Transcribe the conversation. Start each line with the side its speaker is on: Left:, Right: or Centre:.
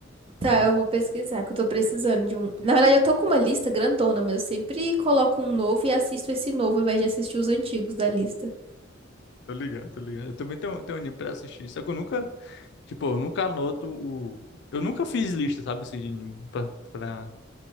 Left: Mas
Right: Tá,
Left: é muito.
Right: eu vou pesquisar, que eu tô precisando de um. Na verdade, eu tô com uma lista grandona, mas eu sempre coloco um novo e assisto esse novo, ao invés de assistir os antigos da lista.
Left: Tô ligado, tô ligado. Eu também tenho, tenho anime pra assistir. Só que eu nunca, tipo, eu nunca anoto o. Eu nunca fiz lista, sabe, assim, de anime. Pra, pra-